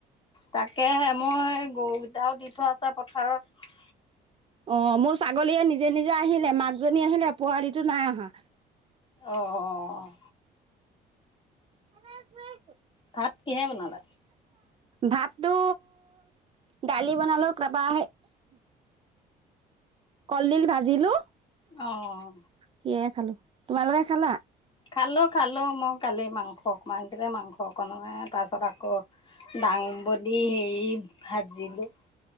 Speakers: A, on the left (about 30°); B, on the right (about 35°).
A: তাকে মই গৰুকেইটাও দি থোৱা আছে পথাৰত
B: অ মোৰ ছাগলীয়ে নিজে নিজে আহিলে মাকজনী আহিলে পোৱালীটো নাই অহা
A: অঁ
B: উ
A: ভাত কিহে বনালা
B: ভাতটো দালি বনালেও তাপা। কলডিল ভাজিলো।
A: আহঁ
B: সেয়াই খালো তোমালোকে খালা
A: খালোঁ খালোঁ মই কালি মাংস অকণমান দে মাংস অকণোৱাই তাৰপিছত আকৌ ডাঙ বদি হেৰি ভাজিলোঁ।